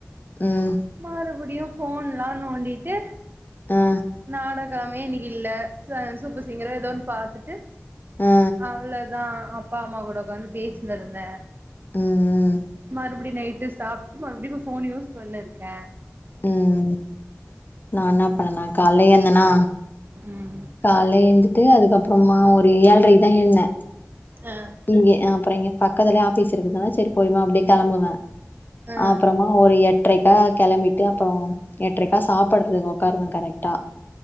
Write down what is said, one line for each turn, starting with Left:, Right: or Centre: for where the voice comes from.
Left: ம்
Right: மறுபடியு ஃபோன்லா நோண்டிட்டு
Left: ஆ
Right: நாட கமே இன்னக்கி இல்ல ச சூப்பர் சிங்கரோ எதோன்னு பாத்துட்டு
Left: ஆ
Right: அவ்ளோதா அப்பா அம்மா கூட உக்காந்து பேசினிருந்தே
Left: ம்
Right: மறுபடி நைட்டு சாப்ட்டு மறுபடியு ஃபோன் யூஸ் பண்ணினு இருக்கே
Left: ம் ம் நா என்னா பண்ணனா கால்ல எழ்ந்தனா
Right: ம்
Left: கால்ல எழுந்துட்டு அதுக்கப்பறமா ஒரு ஏழ்ரைக்குதா எழுந்த
Right: ஆ
Left: இங்க ஆ அப்புற இங்க பக் கத்துலயே ஆஃபீஸ் இருக்கறதுனால செரி போயிரலா அப்டியே கெளம்புவே
Right: ஆ
Left: அப்பறமா ஒரு எட்ரைக்கா கெளம்பிட்டு அப்றோ எட்ரைக்கா சாப் படறதுக்கு உக்காருவ கரெக்டா